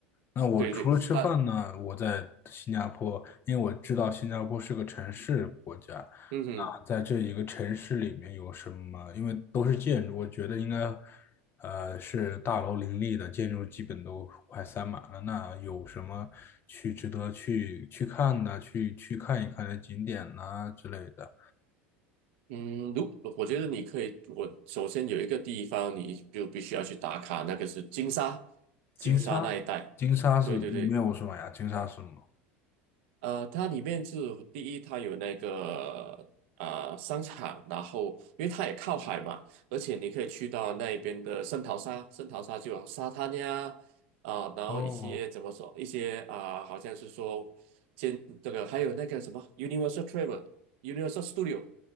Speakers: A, on the left (about 35°); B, on the right (about 70°).
A: 那我除了吃饭呢，
B: 对对，它
A: 我在新加坡，因为我知道新加坡是个城市国家，
B: 嗯哼。
A: 那在这一个城市里面有什么？因为都是建筑，我觉得应该，呃，是大楼林立的，建筑基本都快塞满了。那有什么去值得去去看的，去去看一看的景点呐之类的？
B: 嗯，如我觉得你可以，我首先有一个地方你就必须要去打卡，那个是金沙，金沙那一带。
A: 金沙，金沙是里面有什么呀？
B: 对对对，
A: 金沙是什么？
B: 呃，它里面是第一，它有那个啊商场，然后因为它也靠海嘛，而且你可以去到那边的圣淘沙，圣淘沙就有沙滩呀，啊、然后一些怎么说，
A: 哦
B: 一些啊、好像是说，建这个还有那个什么 Universal Travel、Universal Studio。